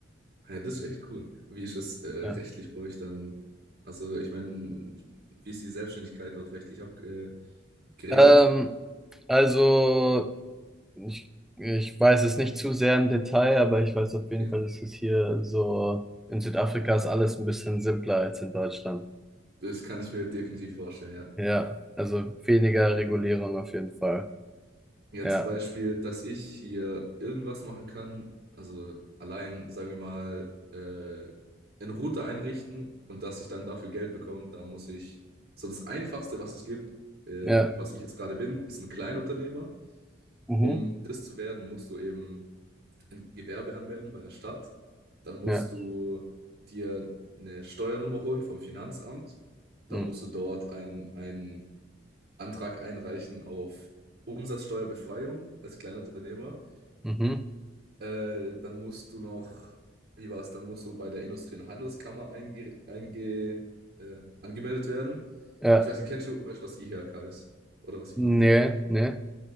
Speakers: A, on the right; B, in the centre.
A: Ja, das ist echt cool. Wie ist es äh, rechtlich
B: Ja.
A: bei euch dann? Also, ich meine, wie ist die Selbstständigkeit dort rechtlich ab, äh, geregelt?
B: Ähm, also, ich, ich weiß es nicht zu sehr im Detail, aber ich weiß auf
A: Okay.
B: jeden Fall, dass es hier so in Südafrika ist alles ein bisschen simpler als in Deutschland.
A: Das kann ich mir definitiv vorstellen, ja.
B: Ja, also weniger Regulierung auf jeden Fall.
A: Ja,
B: Ja,
A: zum Beispiel, dass ich hier irgendwas machen kann, also allein, sagen wir mal, äh, einen Router einrichten und dass ich dann dafür Geld bekomme, da muss ich, so das Einfachste, was es gibt, äh,
B: ja,
A: was ich jetzt gerade bin, ist ein Kleinunternehmer.
B: mhm.
A: Um das zu werden, musst du eben Gewerbe anmelden bei der Stadt. Dann musst
B: Ja.
A: du dir eine Steuernummer holen vom Finanzamt.
B: Mhm.
A: Dann musst du dort einen einen Antrag einreichen auf Umsatzsteuerbefreiung als Kleinunternehmer.
B: Mhm.
A: Äh, dann musst du noch, wie war es, dann musst du bei der Industrie- und Handelskammer einge, einge, äh, angemeldet werden.
B: Ja,
A: Ich weiß nicht, kennst du, weißt du, was die IHK ist oder was sie
B: nee,
A: macht?
B: nee.